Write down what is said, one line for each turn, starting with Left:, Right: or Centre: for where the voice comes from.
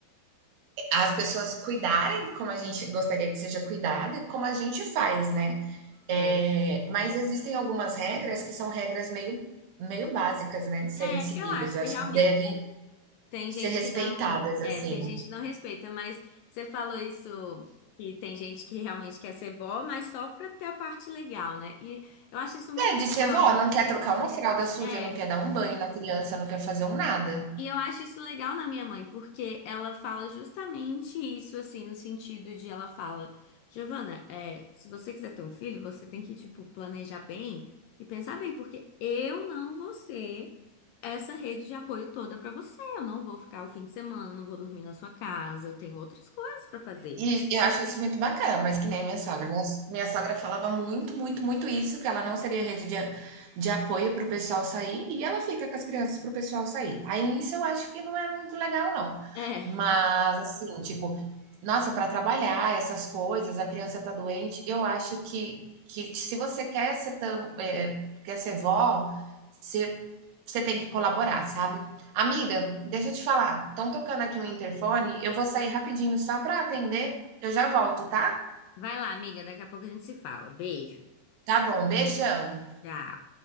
Right: As pessoas cuidarem como a gente gostaria que seja cuidado e como a gente faz, né?
Left: É,
Right: É, mas
Left: e,
Right: existem algumas regras que são regras meio, meio básicas, né, de serem
Left: é,
Right: seguidas.
Left: eu acho,
Right: Eu
Left: e
Right: acho
Left: realmente.
Right: que devem
Left: Tem
Right: ser
Left: gente
Right: respeitadas,
Left: que não, é,
Right: assim.
Left: tem gente que não respeita, mas você falou isso e tem gente que realmente quer ser vó, mas só pra ter a parte legal, né? E eu acho isso muito
Right: É,
Left: legal.
Right: de ser vó, não quer trocar uma fralda suja,
Left: É,
Right: não quer dar um banho na criança, não quer fazer um nada.
Left: E eu acho isso legal na minha mãe, porque ela fala justamente isso, assim, no sentido de ela fala, Giovana, é, se você quiser ter um filho, você tem que, tipo, planejar bem e pensar bem, porque eu não vou ser essa rede de apoio toda pra você. Eu não vou ficar o fim de semana, não vou dormir na sua casa, eu tenho outras coisas pra fazer.
Right: E eu acho isso muito bacana, mas que nem a minha sogra. Minha, minha sogra falava muito, muito, muito isso, que ela não seria rede de, de apoio para o pessoal sair, e ela fica com as crianças para o pessoal sair. Aí nisso eu acho que não é muito legal, não.
Left: É, é.
Right: Mas, assim, tipo, nossa, para trabalhar essas coisas, a criança tá doente, eu acho que, que se você quer ser tão, é, quer ser vó, você, você tem que colaborar, sabe? Amiga, deixa eu te falar. Estão tocando aqui o interfone. Eu vou sair rapidinho só para atender. Eu já volto, tá?
Left: Vai lá, amiga, daqui a pouco a gente se fala. Beijo.
Right: Tá bom, beijão.
Left: Tchau.